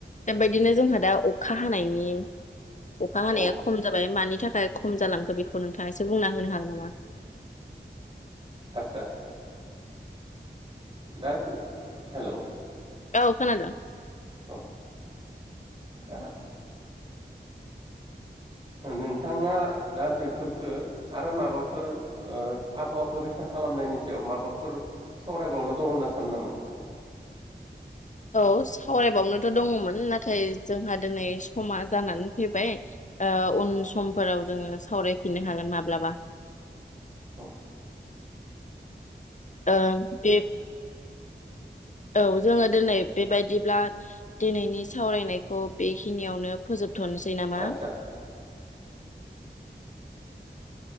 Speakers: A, on the left (about 40°); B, on the right (about 30°).
A: बेबायदिनो जोंहा दा अखा हानायनि अखा हानाया
B: औ
A: खम जाबाय मानि थाखाय खम जालांखो बेखौ नोंथाङा एसे बुंना होनो हागोन नामा?
B: आतसा दा जों हेलौ
A: औ खोनादों ।
B: औ दा । नोंथाङा दा बेफोरखो आरो माबाफोर ओ आबहावाखौ रैखा खालामनायनि सायाव माबाफोर सावरायबावनो दङ होनना सानो नामा?
A: औ सावरायबावनोथ' दङमोन नाथाय जोंहा दिनै समा जानानै फैबाय ओ उन समफोराव जोङो सावरायफिननो हागोन माब्लाबा ।
B: औ ।
A: ओं देब औ जोङो दिनै बेबायदिब्ला दिनैनि सावरायनायखौ बेखिनियावनो फोजोब थ'नोसै नामा?
B: आदसा